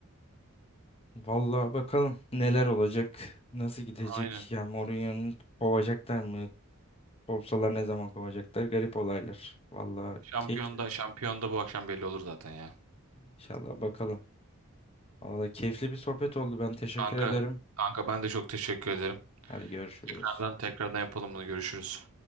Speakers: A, on the left (about 25°); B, on the right (about 80°).
A: Vallahi bakalım neler olacak, nasıl gidecek.
B: Aynen.
A: Ya Mourinho'nun kovacaklar mı? Kovsalar ne zaman kovacaklar? Garip olaylar. Vallahi
B: Şampiyonda
A: keyifli.
B: şampiyonda bu akşam belli olur zaten ya.
A: İnşallah bakalım. Valla keyifli bir sohbet oldu. Ben teşekkür
B: Kanka
A: ederim.
B: kanka ben de çok teşekkür ederim.
A: Hadi görüşürüz.
B: Tekrardan tekrardan yapalım bunu görüşürüz.